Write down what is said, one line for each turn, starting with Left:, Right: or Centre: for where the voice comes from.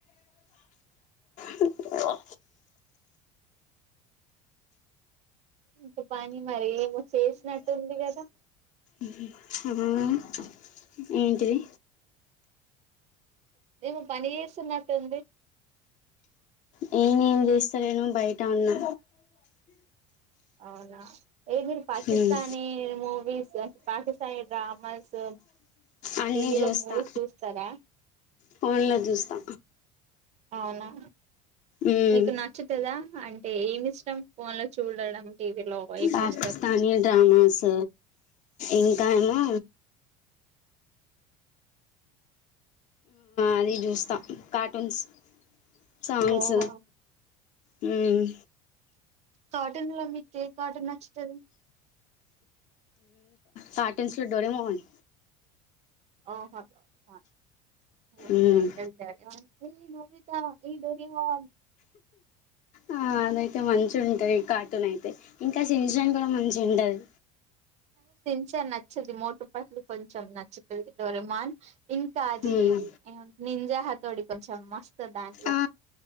Left: ఆ
Right: ఏ పని మరి ఏమో చేసినట్టుంది కదా
Left: అహ్ ఏంటిది
Right: ఏమో పని చేస్తున్నట్టుంది
Left: నేనేం చేస్తలేను బయట ఉన్నా
Right: అవునా ఏ మీరు పాకిస్తానీ
Left: ఉమ్
Right: మూవీస్ పాకిస్తానీ డ్రామాస్
Left: అన్నీ
Right: టీవీలో
Left: చూస్తా
Right: మూవీస్ చూస్తారా
Left: ఫోన్లో చూస్తా
Right: అవునా
Left: ఉమ్
Right: మీకు నచ్చుతదా అంటే ఏమి ఇష్టం ఫోన్ లో చూడడం టీవీలో ఏం
Left: పాకిస్తానీ
Right: జూస్తారు
Left: డ్రామాస్ ఇంకా ఏమో అది చూస్తాం కార్టూన్స్ సాంగ్స్
Right: ఓహో
Left: హ్మ్మ్
Right: కాటన్ ల మీ కాటన్ నచ్ సరే
Left: కార్టూన్స్ లో డోరోమాన్
Right: ఓ హ అవున
Left: ఉమ్
Right: నమ అంటే అట అత ఈడరి వా
Left: ఆ అదయితే మంచి ఉంటాది కార్టూన్ అయితే ఇంకా సింజాన్ కూడా మంచి ఏంటది
Right: కొంచెం నచ్చదు మోటు పతులు కొంచెం నచ్చుతది డోరామాన్ ఇంకా అదిది
Left: హ్మ్
Right: నింజా తోడి కొంచం మస్తు దాంట్లో
Left: ఆ